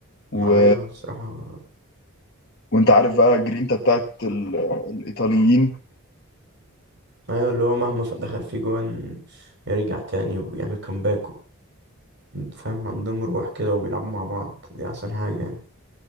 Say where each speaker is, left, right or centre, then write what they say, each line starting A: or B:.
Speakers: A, on the left; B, on the right.
A: و...
B: ما ايوه الصراحه
A: وانت عارف بقى جرينتا بتاعت ال... الإيطاليين
B: ايوه اللي هو مهما ف- دخل فيه جوان يرجع تاني ويعمل كومباك فاهم عندهم روح كده وبيلعبوا مع بعض دي احسن حاجة يعني